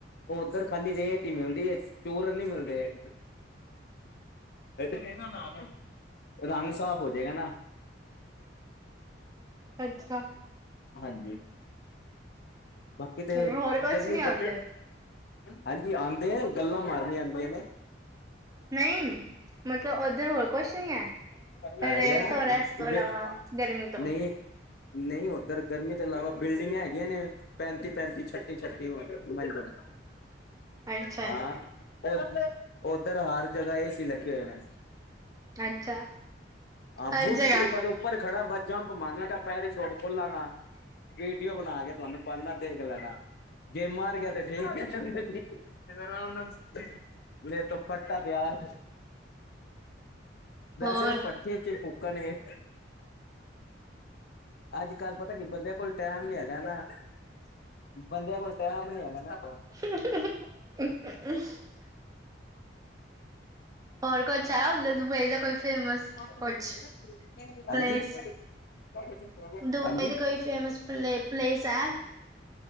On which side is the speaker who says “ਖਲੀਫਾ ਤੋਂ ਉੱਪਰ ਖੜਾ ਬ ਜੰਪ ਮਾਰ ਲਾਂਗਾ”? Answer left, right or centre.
Left